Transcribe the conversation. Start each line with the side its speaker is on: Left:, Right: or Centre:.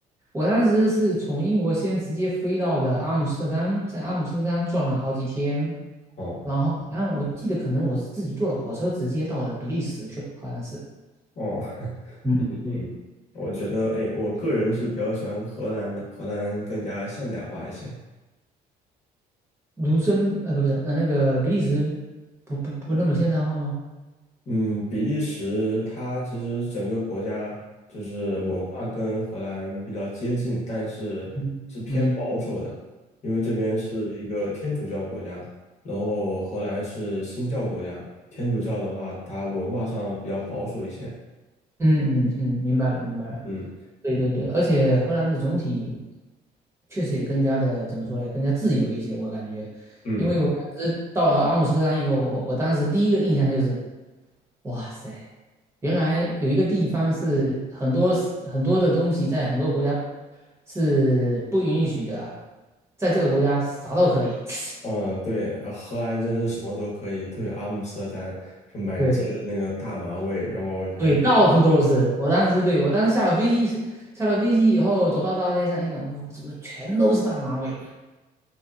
Right: 我当时是从英国先直接飞到了阿姆斯特丹，在阿姆斯特丹转了好几天，
Left: 哦
Right: 然后好像我记得可能我是自己坐了火车直接到了比利时去了好像是。
Left: 哦，
Right: 嗯，
Left: <laughs>
Right: 对，
Left: 嗯，我觉得，哎，我个人是比较喜欢荷兰的，荷兰更加现代化一些。
Right: 卢森，呃，不是，呃，那个比利时不不不那么现代化吗？
Left: 嗯，比利时它其实整个国家就是文化跟荷兰比较接近，但是是偏保守的，
Right: 嗯嗯
Left: 因为这边是一个天主教国家，然后荷兰是新教国家，天主教的话，它文化上比较保守一些。
Right: 嗯嗯嗯，明白了明白了。
Left: 嗯
Right: 对对对，而且荷兰的总体。确实也更加的怎么说呢，更加自由一些。我感觉，
Left: 嗯
Right: 因为我当时到了阿姆斯特丹以后，我我当时第一个印象就是，哇塞，原来有一个地方是很多很多的东西在很多国家是不允许的啊在这个国家啥都可以。<laughs>
Left: 嗯，对，呃荷兰真是什么都可以，特别阿姆斯特丹，就满街的那个大麻味，
Right: 对
Left: 然后你还可以买到那种。
Right: 对，到处都是。我当时对我当时下了飞机，下了飞机以后走到大街上一看，哇，怎么全都是大马尾啊